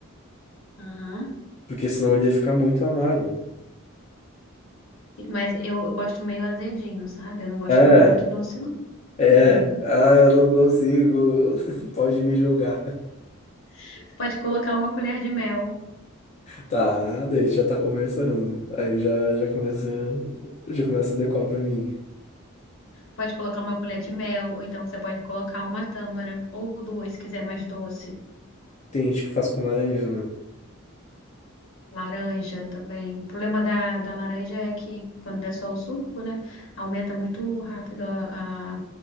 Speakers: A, on the left; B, on the left.
A: Aham.
B: Porque senão ele ia ficar muito amargo.
A: Mas eu, eu gosto meio azedinho, sabe? Eu não gosto
B: É,
A: nada muito doce, não.
B: é,
A: Uhum.
B: ah, eu não consigo. <laughs> Pode me julgar.
A: Você pode colocar uma colher de mel.
B: Tá, daí a gente já tá conversando. Aí já, já começa, já começa a decorar pra mim.
A: Pode colocar uma colher de mel, ou então você pode colocar uma tâmara, ou duas, se quiser mais doce.
B: Tem gente que faz com laranja, né?
A: Laranja também. O problema da, da laranja é que, quando é só o suco, né? Aumenta muito rápido a, a,